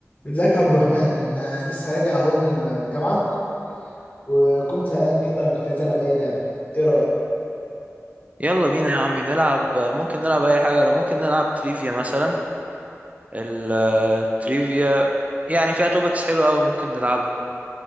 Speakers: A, on the left; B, on the right.
A: ازيك يا عبد الرحمن أنا لسه راجع اهو من الجامعة وكنت زهقان كده كنت عايز العب اي لعبة ايه رأيك؟
B: يلا بينا يا عمي نلعب ممكن نلعب اي حاجه لو ممكن نلعب تريفيا مثلا التريفيا يعني فيها توبكس حلوه قوي ممكن نلعبها